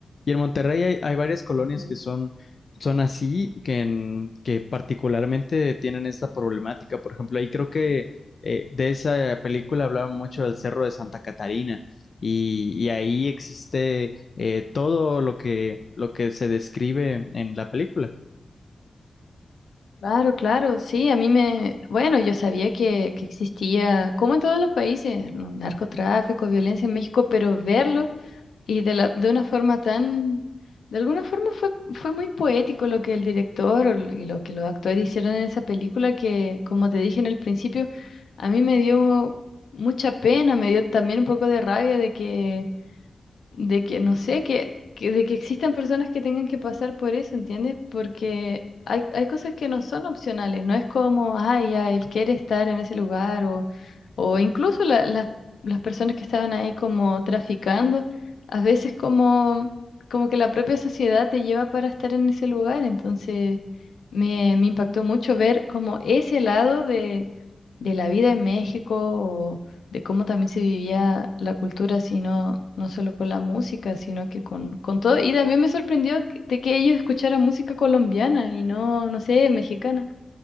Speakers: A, on the left; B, on the left.
A: Y en Monterrey hay, hay varias colonias
B: Ujú.
A: que son, son así, que, en- que particularmente tienen esta problemática. Por ejemplo, ahí creo que eh, de esa película hablaban mucho del Cerro de Santa Catarina y, y ahí existe eh, todo lo que, lo que se describe en la película.
B: Claro, claro, sí, a mí me, bueno, yo sabía que, que existía, como en todos los países, ¿no? narcotráfico, violencia en México, pero verlo Y de la, de una forma tan, de alguna forma fue, fue muy poético lo que el director o lo- y lo que los actores hicieron en esa película que, como te dije en el principio, a mí me dio mucha pena, me dio también un poco de rabia de que de que no sé, que, que- de que existan personas que tengan que pasar por eso, ¿entiendes? Porque hay, hay cosas que no son opcionales, no es como, ay, ya, él quiere estar en ese lugar o, o incluso la- las las personas que estaban ahí como traficando, a veces como, como que la propia sociedad te lleva para estar en ese lugar, entonces me, me impactó mucho ver como ese lado de, de la vida en México de cómo también se vivía la cultura, sino no solo con la música, sino que con, con todo. Y también me sorprendió que- de que ellos escucharan música colombiana y no, no sé, mexicana.